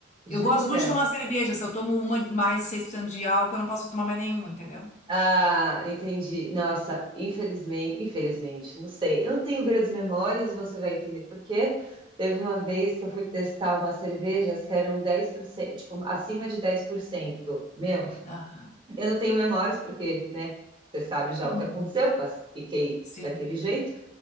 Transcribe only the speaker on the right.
Jura?
Ah, entendi. Nossa, infelizmente, infelizmente, não sei. Eu não tenho grandes memórias, você vai entender por quê. Teve uma vez que eu fui testar umas cervejas que eram 10%, tipo, acima de 10%. Meu,
eu não tenho memórias porque, né, você sabe já
o que aconteceu, pas- fiquei
daquele jeito,